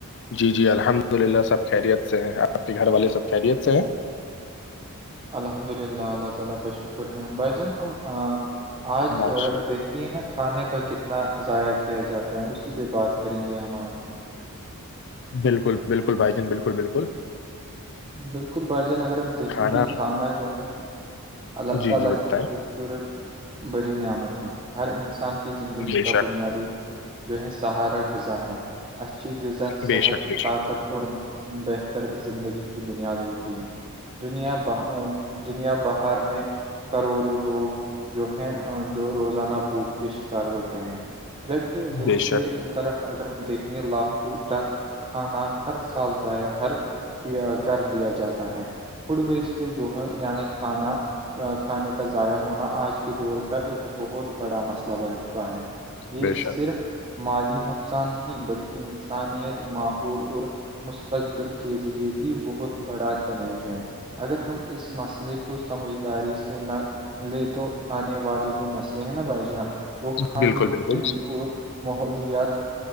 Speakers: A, on the left; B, on the right.
A: جی جی الحمد للہ سب خیریت سے ہیں آپ کے گھر والے سب خیریت سے ہیں
B: الحمد للہ اللہ تعالی کا شکر ہے بھائی جان ہم آج
A: ماشاء اللہ
B: دیک کہ نا کھانے کا کتنا ضائع کیا جاتا ہے اسی پہ بات کریں گے ہم آج
A: بالکل بالکل بھ جن بالکل بالکل
B: بالکل بھائی جان اگر ہم دیکھیں
A: کھانا
B: گے کانا جو ہے اللہ
A: جی
B: تعالی
A: جی بتائیں
B: کی خوبصورت بری نعمت ہیں ہر انسان کی زندگی
A: بے
B: کا
A: شک
B: بنیادی جو ہے سہارا غذا ہیں اچھی غذا
A: بے
B: صحت
A: شک بے
B: طاقت
A: شک
B: اور بہتر زندگی بنیاد ہوتی ہے دنیا ب دنیا پر بہر میں کروڑوں لوگ جو ہیں جو روزانہ بو کش ہوتے ہیں جبکہ دوسری
A: بے شک
B: طرف اگر دیکیں گے لاکھوں ٹن کھانا ہر سال ضائع ہر کیا کر دیا جاتا ہے فوڈ ویسٹ جو ہے یعنی کھانا کھانے کا ضائع ہونا آج کے دور کا ایک بہت بڑا مسئلہ بن چکا ہے یہ
A: بے
B: صرف
A: شک
B: مالی نقصان نہیں بلکہ انسانیت ماحول اور مستقبل کے لیے بھی بہت بڑا چیلنج ہے اگر ہم اس مسئلے کو <unintelligible> سمجھداری سے نہ لے تو آنے والی جو نسلیں ہیں نا بھائی جان وہ کھانے
A: بالکل
B: کی
A: بالکل
B: کمی اور ماحولیات